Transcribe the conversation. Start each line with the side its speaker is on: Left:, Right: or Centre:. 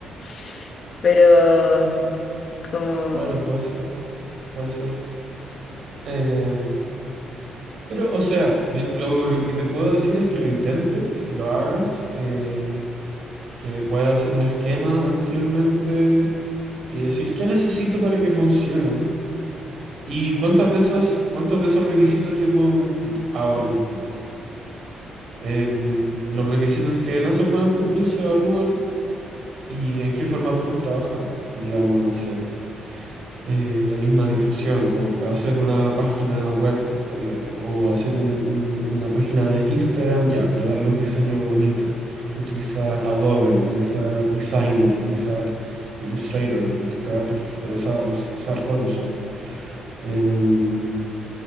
Left: <laughs> Pero como
Right: claro, puede ser, puede ser. Eh, pero, o sea, vi- lo, lo que te puedo decir es que lo intentes, que lo hagas, que que pueda hacer un esquema anteriormente y decir qué necesito para que funcione y cuántas de esas, cuántos de esos requisitos yo puedo cumplir ahora mismo. Em, los requisitos que no se puedan cumplir se evalúan y en qué formato los trabajamos. Digamos, no sé. eh, la misma difusión o que- hacer una página web eh, o hacer un- un- una página de Instagram, ya, pero darle un diseño bonito, utilizar Adobe, utilizar Designer, utilizar Illustrator, ilustrar, eh, o sea, us- usar Photoshop. Em,